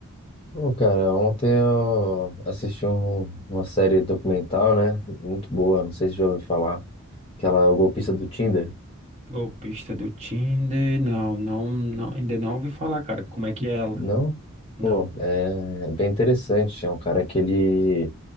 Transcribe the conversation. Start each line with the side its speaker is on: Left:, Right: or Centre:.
Left: Ô, cara, ontem eu assisti um- uma série documental, né? Muito boa, não sei se já ouviu falar. Aquela O Golpista do Tinder.
Right: Golpista do Tinder? Não, não, não, ainda não ouvi falar, cara. Como é que é ela?
Left: Não?
Right: Não.
Left: Pô, é bem interessante. É um cara que ele